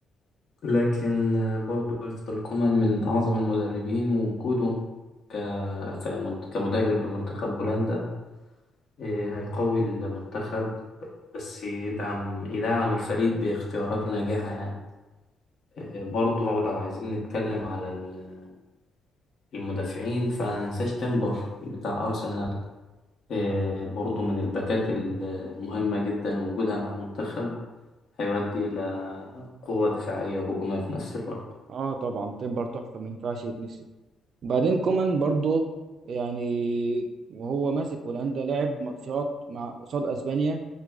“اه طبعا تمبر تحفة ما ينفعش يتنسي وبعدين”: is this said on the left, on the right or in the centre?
Right